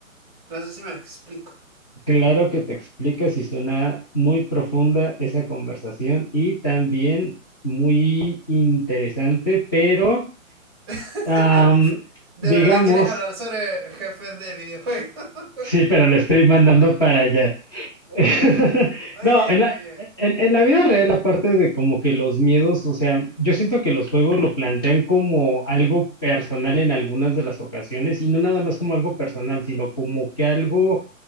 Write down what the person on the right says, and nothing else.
no sé si me explico.
<laughs>
¿De
verdad quieres hablar sobre jefes de videojuegos? <laughs>
Muy
bien,
muy bien.